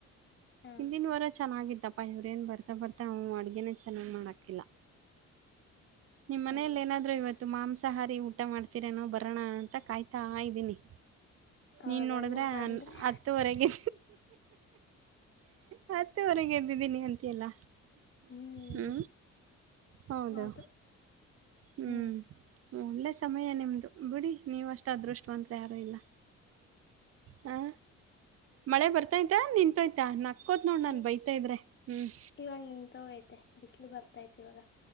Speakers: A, on the left; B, on the right.
A: ಹಾ
B: ಹಿಂದಿನವರೆ ಚೆನ್ನಾಗಾಗಿದೆ ಅಪ್ಪ ಇವ್ರೇಏನ್ ಬರ್ತಾ ಬರ್ತಾ ಅವನು ಅಡ್ಗೆೇನ ಚೆನ್ನಾಗ್ ಮಾಡಕಿಲ್ಲ ನಿಮ್ಮ್ ಮನೆಯಲ್ಲಿ
A: ಹಾ
B: ಏನಾದ್ರೂ ಇವತ್ತು ಮಾಂಸ ಸಹಾರಿ ಊಟ ಮಾಡ್ತೀರನೋ ಬರೋಣ ಅಂತ ಕಾಯ್ತಾ ಇದ್ದೀನಿ
A: ಹೌದಾ
B: ನೀನ್ ನೋಡಿದ್ರೆ
A: ನೀವು ಬಂದ್ರೆ
B: ಹತ್ತುವರೆಗೆ ಹತ್ತು ಹೊರೆಗೆ ಎದ್ದಿದ್ದೀನಿ ಅಂತೆ ಎಲ್ಲ
A: ಹ್ಮ್
B: ಹ್ಞ ಹೌದಾ
A: ಹೌದು
B: ಹ್ಞ
A: ಹ್ಮ್
B: ಒಳ್ಳೆ ಸಮಯ ನಿಮ್ದು ಬಿಡಿ ನೀವ್ ಅಷ್ಟು ಅದೃಷ್ಟವಂತ್ತ್ರ ಯಾರು ಇಲ್ಲ ಹ ಮಳೆ ಬರ್ತಾಯಯ್ತಾ ನಿಂತೋಯ್ತಾ ನಕ್ಕೋತ್ ನೋಡ್ ನನ್
A: ಈ
B: ಬೈತಾ ಇದ್ರೆ ಹ್ಮ್
A: ಇವಾಗ ನಿನ್ ತೋಗೈತೆ ಬಿಸಿಲು ಬರ್ತೈತಿ ಇವಾಗ